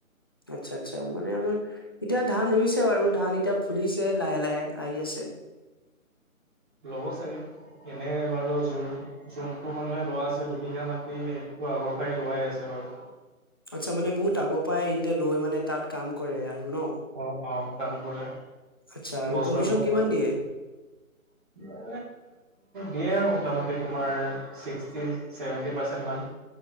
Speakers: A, on the left; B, on the right.
A: আচ্ছা- আচ্ছা মানে আমাৰ এতিয়া ধান ৰুইছে বাৰু ধান এতিয়া ফুলিছে লাহে- লাহে আহি আছে।
B: ল'ব চাগে, এনেই বাৰুো যোন জোনটো মানুহে লোৱা আছে দুবিঘা মাটি, সেইটোতো আগৰ পাই লোৱাই আছে বাৰু।
A: আচ্ছা, মানে বহুত আগৰ পৰাই ইহতে লৈ মানে তাত কাম কৰে আৰু। ন
B: অ'-অ', কাম কৰে,
A: আচ্ছা আৰু
B: বছৰেকত
A: কমিশন কিমান
B: <unintelligible>
A: দিয়ে
B: সেয়া দিয়ে আৰু। মোটামুটি তোমাৰ ছিক্সটি ছেভেণ্টি পাৰ্চেণ্ট মান।